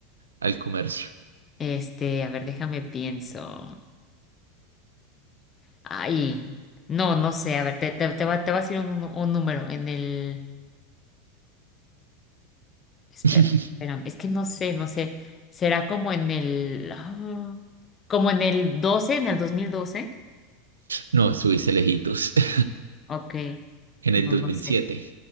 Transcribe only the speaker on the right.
al comercio.
<laughs>
No, estuviste lejitos. <laughs>
En
el dos
mil
siete.